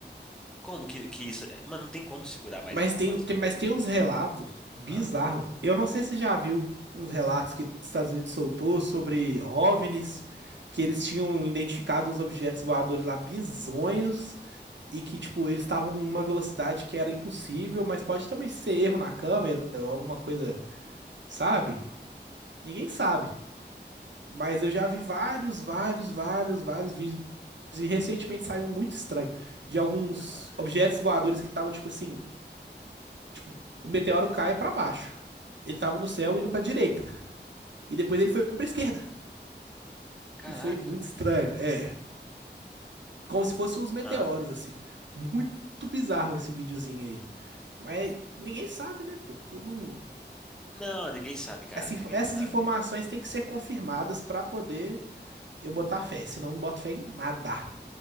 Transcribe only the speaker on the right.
Mas
tem, tem- mas tem uns relatos bizarros.
Eu não sei se você já viu uns relatos que os Estados Unidos soltou sobre OVNIs, que eles tinham identificado os objetos voadores lá bizonhos. e que, tipo, eles estavam em uma velocidade que era impossível, mas pode também ser erro na câmera ou alguma coisa, sabe? Ninguém sabe. Mas eu já vi vários, vários, vários, vários vídeos e recentemente saiu um muito estranho de alguns
objetos voadores que estavam, tipo assim, tipo, o meteoro cai pra baixo. Ele tava no céu indo pra direita e depois ele foi pra esquerda.
E foi muito estranho, é, como se fossem uns meteoros
assim. Muito bizarro esse videozinho aí. Mas ninguém sabe, né, pô? Tudo
Essa
inf- essas
informações têm que ser confirmadas para poder eu botar fé, senão eu não boto fé em nada.